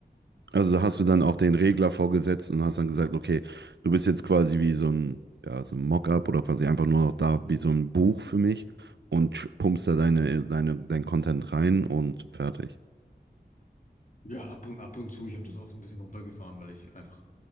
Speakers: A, on the right (about 85°); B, on the left (about 50°).
A: Also da
B: Äh,
A: hast du dann auch den Regler vorgesetzt und hast dann gesagt, okay, du bist jetzt quasi wie so ein, ja, so ein Mockup oder quasi einfach nur noch da wie so ein Buch für mich und sch- pumpst da deine, deine, dein Content rein und fertig.
B: ja, ab und, ab und zu, ich habe das auch so ein bisschen runtergefahren, weil ich einfach,